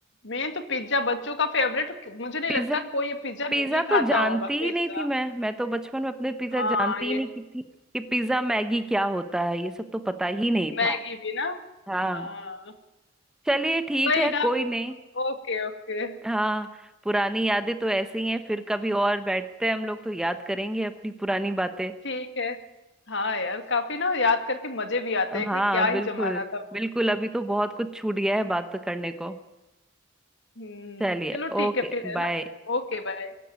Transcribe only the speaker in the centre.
पिज्जा
पिज्जा
तो जानती
ही नहीं थी मैं मैं तो बचपन में अपने पिज्जा
जानती
ही नहीं की थी कि पिज्जा मैगी क्या होता है ये सब तो पता ही नहीं
था
हाँ
चलिए ठीक
है
कोई नहीं
हाँ पुरानी यादें तो ऐसे ही हैं फिर कभी और बैठते हैं हम लोग तो याद करेंगे अपनी पुरानी बातें
हाँ
बिल्कुल
बिल्कुल अभी तो बहुत कुछ छूट गया है बात करने को
चलिए
ओके
बाय